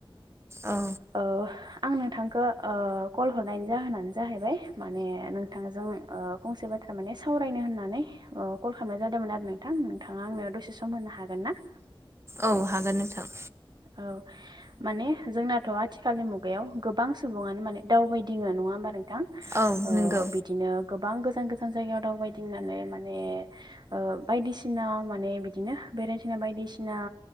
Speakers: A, on the right; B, on the right.
A: औ
B: अह आं नोंथांखो ओ कल हरनायनि जाहोनानो जाहैबाय माने नोंथांजों ओ फंसे बा थारमाने सावरायनो होननानै अ कल खालामनाय जादोंमोन आरो नोंथां नोंथाङा आंनो दसे सम होनो हागोन ना
A: औ हागोन नोंथां
B: औ माने जोंनाथ' आथिखालनि मुगायाव गोबां सुबुङानो माने दावबायदिङो नङा हबा नोंथां
A: औ
B: ओ
A: नंगौ
B: बिदिनो गोबां गोजान गोजान जायगायाव दावबायदिंनानै माने ओ बायदिसिना माने बिदिनो बेरायथिंना बायदिसिना ना